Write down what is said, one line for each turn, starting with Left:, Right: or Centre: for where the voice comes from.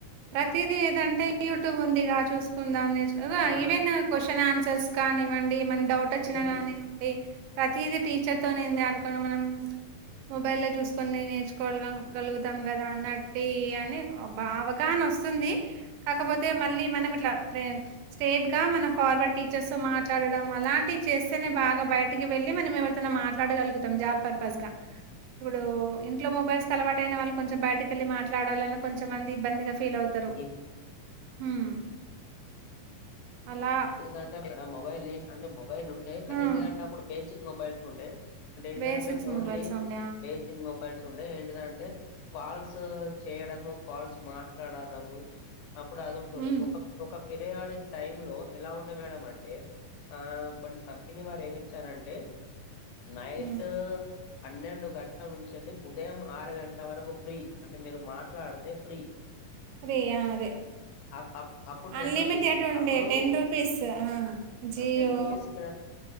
Right: ప్రతిదీ ఏదంటే యూట్యూబ్ ఉందిగా చూసుకుందాం ఆన్ కదా
Left: ఆ
Right: ఈవెన్ క్వశ్చన్ ఆన్సర్స్ కానివ్వండి మన డౌట్ వచ్చినా
Left: ఏదన్నా
Right: కానివ్వండి ది ప్రతిది టీచర్ తోనే ఏంది అనుకునే మనం మొబైల్లో చూసుకొని నేర్చుకోన గలుగుతాం కదా అన్నాట్టు ఈ అని బ అవగాహన వస్తుంది కాకపోతే మళ్ళీ మనం ఇట్లా ప్రే స్ట్రేట్ గా మన ఫార్వర్డ్ టీచర్స్ తో మాట్లాడడం అలాంటి చేస్తేనే బాగా బయటకి వెళ్ళి మనం ఎ మనం మాట్లాడగల్గుతాం జాబ్ పర్పస్ గా ఇప్పుడు ఇంట్లో మొబైల్స్ కి అలవాటు అయినవాళ్ళు కొంచెం బైట క వెళ్ళి మాట్లాడాలని కొంచమంది ఇబ్బందిగా ఫీల్ అవుతారు
Left: ఈ
Right: ఉమ్ అలా
Left: ఎండిటంటే టే మేడం మొబైల్ ని అంటే మొబైల్ ఉంటె కానీ
Right: హ్మ్
Left: ఏంటిదంటే అప్పుడు బేసిక్ మొబైల్స్ ఉంటే అంటే ఏంటిదంటే
Right: బేసిక్స్
Left: ఓన్లీ
Right: మొబైల్స్ ఆ
Left: బేసిక్ మొబైల్స్ ఉండేయి ఏంటిదంటే కాల్స్ చేయడము కాల్స్ మాట్లాడడము అప్పుడు అది ఉంటుండే
Right: హ్మ్
Left: ఒక ఒక పిరియాడిక్ టైమ్ లో ఎలా ఉండే మేడం అంటే ఆ కొన్ని కంపెనీ వారు ఏమి ఇచ్చారంటే నైట్
Right: హ్మ్
Left: పన్నెండు గంటల నుంచి ఎల్లి ఉదయం ఆరు గంటల వరకు ఫ్రీ అంటే మీరు మాట్లాడితే ఫ్రీ
Right: మరి ఆ అదే
Left: అప్ అప్ అప్పుడు
Right: అన్లిమిటెడ్టండే
Left: టెన్ రూపీస్
Right: ఉండే
Left: అప్పుడు
Right: టెన్ రూ పీస్ ఆ జియో
Left: ten rupees క